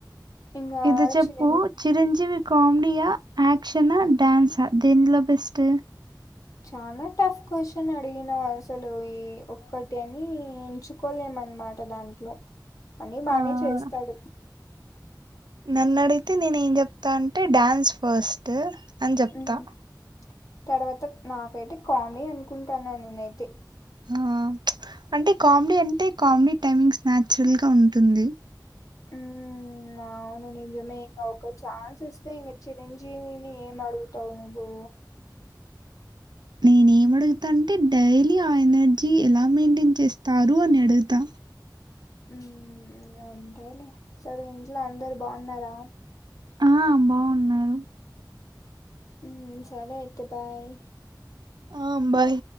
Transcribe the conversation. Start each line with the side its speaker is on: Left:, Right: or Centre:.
Left: ఇంగా
Right: ఇది చెప్పు
Left: చిన్న
Right: చిరంజీవి కామెడియా యాక్షనా డ్యాన్సా దేంట్లో బెస్ట్
Left: చాలా టఫ్ క్వశ్చన్ అడిగినవు అసలు ఈ ఒక్కటి అని ఎంచు కోలేమనమాట దాంట్లో అన్ని బానే
Right: ఆ
Left: చేస్తాడు
Right: నన్ను అడిగితే నేను ఏం చెప్తా అంటే డాన్స్ ఫస్ట్ అని జెప్తా
Left: ఉమ్, తర్వాత నాకైతే కామ్నీ అనుకుంటానా నేనైతే
Right: ఆ అంటే కామెడీ అంటే కామెడీ టైమింగ్స్ నాచురల్ గా ఉంటుంది
Left: ఉమ్ న అవును నిజమే ఇంక ఒక ఛాన్స్ ఇస్తే ఇంగ చిరంజీవిని ఏం అడుగుతావు నువ్వు
Right: నేనే ఏం అడుగుతా అంటే డైలీ ఆ ఎనర్జీ ఎలా మెయింటైన్ చేస్తారు అని అడుగుతా
Left: ఉమ్ అంతేలే సరే ఇంట్లో అందరు బాగున్నారా
Right: ఆ బాగున్నారు
Left: ఉం సరే అయితే బాయ్
Right: ఆ బాయ్